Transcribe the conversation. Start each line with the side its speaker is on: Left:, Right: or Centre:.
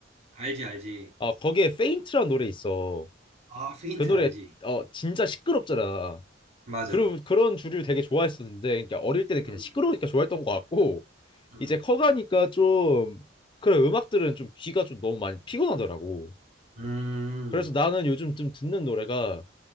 Right: 알지, 알지.
Left: 어, 거기에 페인트라는 노래 있어.
Right: 아, 페인트
Left: 그 노래,
Right: 알지.
Left: 어, 진짜 시끄럽잖아.
Right: 맞아.
Left: 그런, 그런 주류 되게 좋아했었는데, 그러니까 어릴 때는 그냥
Right: 음.
Left: 시끄러우니까 좋아했던 것 같고,
Right: 음.
Left: 이제 커가니까 좀 그런 음악들은 좀 귀가 좀 너무 많이 피곤하더라고.
Right: 음.
Left: 그래서 나는 요즘 좀 듣는 노래가